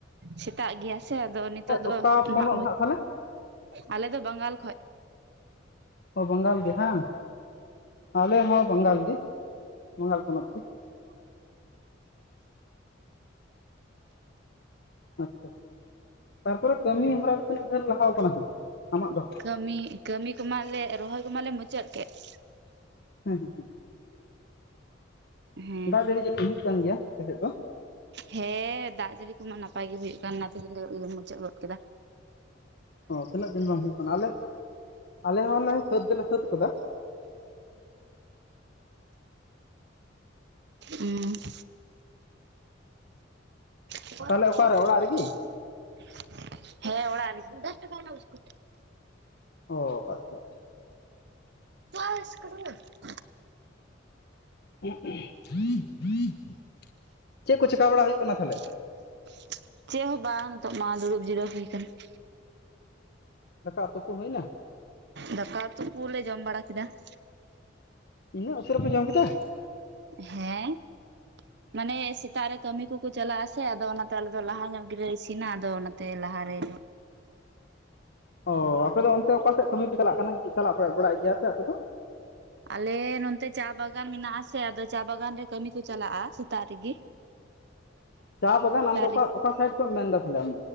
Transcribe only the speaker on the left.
ᱚᱠᱟ
ᱯᱚᱱᱚᱛ
ᱦᱟᱸᱜ ᱛᱟᱦᱚᱞᱮ
ᱚ ᱵᱟᱝᱜᱟᱞ ᱜᱮ ᱦᱟᱝ? ᱟᱞᱮ ᱦᱚᱸ ᱵᱟᱝᱜᱟᱞ ᱜᱮ ᱵᱟᱝᱜᱟᱞ ᱯᱚᱱᱚᱛ ᱜᱮ ᱾ <inaudible> ᱛᱟᱨᱯᱚᱨᱮ ᱠᱟᱹᱢᱤ ᱦᱚᱨᱟ ᱫᱚ ᱛᱤᱱᱟᱹᱜ ᱡᱷᱟᱹᱞ ᱞᱟᱦᱟᱣ ᱠᱟᱱᱟ ᱦᱟᱸᱜ ᱟᱢᱟᱜ ᱫᱚ?
<inaudible>
ᱫᱟᱜ ᱡᱟᱲᱤ ᱡᱟᱹᱱᱤᱡ ᱦᱩᱭᱩᱜ ᱠᱟᱱ ᱜᱮᱭᱟ ᱟᱯᱮ ᱥᱮᱫ ᱫᱚ?
ᱚ ᱛᱤᱱᱟᱹᱜ ᱫᱤᱱ ᱵᱟᱝ ᱦᱩᱭᱩᱜ ᱠᱟᱱᱟ ᱟᱞᱮ ᱟᱞᱮ ᱦᱚᱸᱞᱮ
ᱥᱟᱹᱛ ᱫᱚᱞᱮ ᱥᱟᱹᱛ ᱠᱟᱫᱟ
ᱛᱟᱦᱚᱞᱮ ᱚᱠᱟᱨᱮ ᱚᱲᱟᱜ ᱨᱮᱜᱮ
ᱚ ᱟᱪᱪᱷᱟ ᱟᱪᱪᱷᱟ ᱾
<inaudible> ᱪᱮᱫ ᱠᱚ ᱪᱮᱠᱟ ᱵᱟᱲᱟ ᱦᱩᱭᱩᱜ ᱠᱟᱱᱟ ᱛᱟᱦᱚᱞᱮ
ᱫᱟᱠᱟ ᱟᱛᱳ ᱠᱚ ᱦᱩᱭᱱᱟ?
ᱤᱱᱟᱹᱜ ᱩᱥᱟᱹᱨᱟ ᱯᱮ ᱡᱚᱢ ᱠᱮᱫᱟ?
ᱚᱻ ᱟᱯᱮ ᱫᱚ ᱚᱱᱛᱮ ᱚᱠᱟᱥᱮᱫ ᱠᱟᱹᱢᱤ ᱯᱮ ᱪᱟᱞᱟᱜ ᱠᱟᱱᱟ ᱴᱤᱡ ᱪᱟᱞᱟᱜ ᱵᱟᱲᱟᱭ ᱵᱟᱲᱟᱭ ᱜᱮᱭᱟ ᱯᱮ ᱟᱯᱮ ᱫᱚ?
ᱪᱟ ᱵᱟᱜᱟᱱ ᱟᱢ ᱫᱚ ᱚᱠᱟ
ᱚᱠᱟ ᱥᱟᱭᱤᱰ ᱠᱚᱢ ᱢᱮᱱᱫᱟ ᱛᱟᱦᱞᱮ ᱟᱢ?